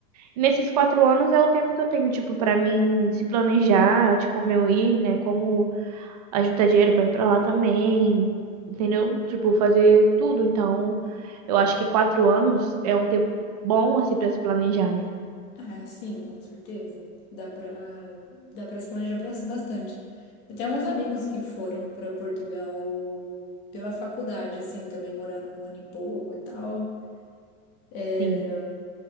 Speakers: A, on the right; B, on the left.
A: Nesses quatro anos é o tempo que eu tenho, tipo, pra mim se planejar de como eu ir, né? Como ajuntar dinheiro pra ir pra lá também, entendeu? Tipo, fazer tudo. Então, eu acho que quatro anos é um tempo bom, assim, pra se planejar, né?
B: Ah, sim, com certeza. Dá pra, dá pra se planejar bas- bastante. Eu tenho alguns amigos que foram pra Portugal pela faculdade, assim, também moraram um ano e pouco e tal. É,
A: Sim.